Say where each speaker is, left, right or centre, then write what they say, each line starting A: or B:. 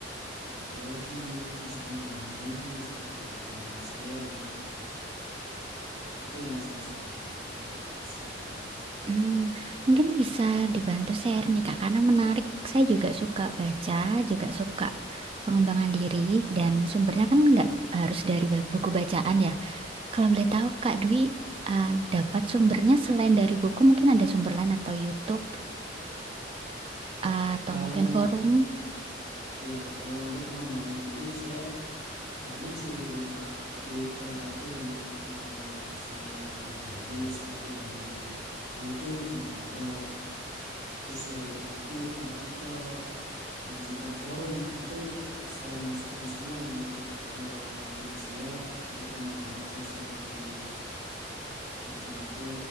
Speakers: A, on the right (about 55°); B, on the right (about 30°).
A: teknologi, terus pengembangan diri seperti itu. Hobi saya yang itu yang saya suka untuk saat ini.
B: Hmm, Mungkin bisa dibantu share nih, Kak, karena menarik. Saya juga suka baca, juga suka pengembangan diri, dan sumbernya kan nggak harus dari ba- buku bacaan ya. Kalau boleh tahu, Kak Dwi, eh, dapat sumbernya selain dari buku, mungkin ada sumber lain atau YouTube, eh, atau
A: Kalau
B: mungkin forum.
A: ya, kalau untuk pengembangan diri saya Banyak sih literat- literatur yang eh, saya pelajari seperti dari YouTube juga ada, terus dari buku, artikel, dan juga forum itu saya masukin semua untuk eh, hobi saya ketika membaca suatu literatur